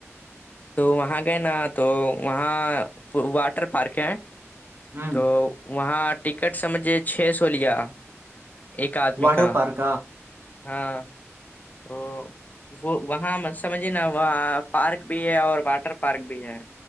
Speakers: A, on the left (about 35°); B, on the right (about 50°).
A: تو وہاں گئے نا تو وہاں واٹر پارک ہے
B: ہوں
A: تو وہاں ٹکٹ سجھے چھ سو لیا ایک آدمی
B: واٹر
A: کا
B: پارک
A: ہاں تو وہ وہاں سمجھیے نا وہ پارک بھی ہے اور واٹر پارک بھی ہے